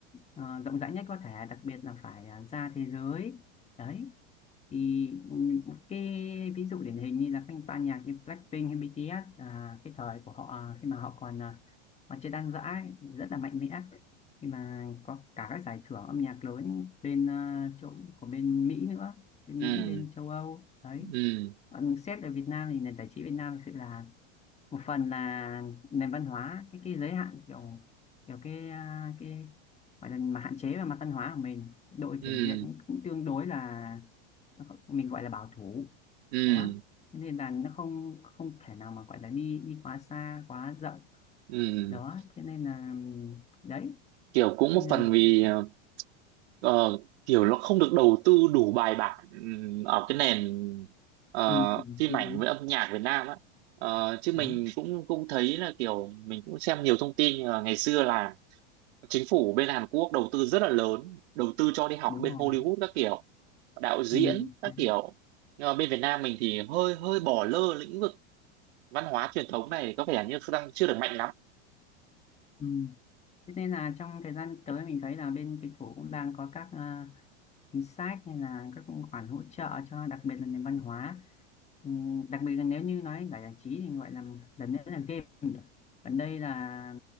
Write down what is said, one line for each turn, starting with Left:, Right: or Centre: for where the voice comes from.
Left: ờ, rộng rãi nhất có thể đặc biệt là phải ờ, ra thế giới đấy thì ừm, một cái ví dụ điển hình như là các ban nhạc như Blackpink hay BTS à, cái thời của họ ờ, khi mà họ còn ờ, còn chơi Đan Giã ấy, thì rất là mạnh mẽ khi mà có cả các giải thưởng âm nhạc lớn bên ờ, chỗ của bên Mỹ nữa bên
Right: ừ
Left: Mỹ bên châu Âu đấy
Right: ừ
Left: còn xét ở Việt Nam thì nền giải trí Việt Nam thực sự là một phần là nền văn hóa cái cái giới hạn kiểu kiểu cái à, cái gọi là mà hạn chế về mặt văn hóa của mình đội
Right: ừ
Left: kiểm duyệt cũng, cũng tương đối là mình gọi là bảo thủ
Right: ừ
Left: đó Thế nên là nó không không thể nào mà gọi là đi đi quá xa quá rộng
Right: ừ
Left: đó thế nên là đấy
Right: kiểu cũng
Left: thế
Right: một
Left: nên
Right: phần
Left: là
Right: vì
Left: phải-
Right: ờ, ờ, kiểu nó không được đầu tư đủ bài bản ừm, ở cái nền ờ,
Left: ừ,
Right: phim
Left: ừ,
Right: ảnh
Left: đúng
Right: với âm nhạc Việt Nam á Ờ, chứ mình
Left: đúng
Right: cũng cũng thấy là kiểu mình cũng xem nhiều thông tin ờ, ngày xưa là chính phủ bên Hàn Quốc đầu tư rất là lớn đầu tư cho đi học
Left: đúng
Right: bên
Left: rồi
Right: Hollywood các kiểu đạo diễn
Left: ừ,
Right: các
Left: đấy.
Right: kiểu nhưng mà bên Việt Nam mình thì hơi hơi bỏ lơ lĩnh vực văn hóa truyền thống này có vẻ như đang chưa được mạnh lắm
Left: Ừ. thế nên là trong thời gian tới mình thấy là bên chính phủ cũng đang có các ờ, chính sách hay là các khoản hỗ trợ cho đặc biệt là nền văn hóa Ừ, đặc biệt là nếu như nói giải giải trí thì gọi là lần nữa là game nhỉ? còn đây là